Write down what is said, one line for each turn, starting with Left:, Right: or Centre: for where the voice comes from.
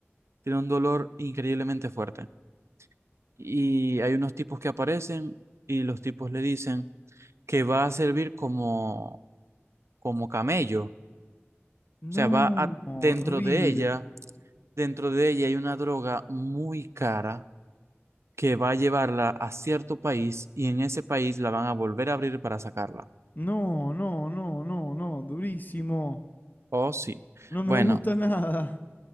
Right: Tiene un dolor increíblemente fuerte. Y hay unos tipos que aparecen y los tipos le dicen que va a servir como, como camello. O
Left: no,
Right: sea, va a,
Left: horrible.
Right: dentro de ella, dentro de ella hay una droga muy cara que va a llevarla a cierto país y en ese país la van a volver a abrir para sacarla.
Left: No, no, no, no, no, durísimo.
Right: Oh, sí.
Left: No me
Right: Bueno,
Left: gusta nada.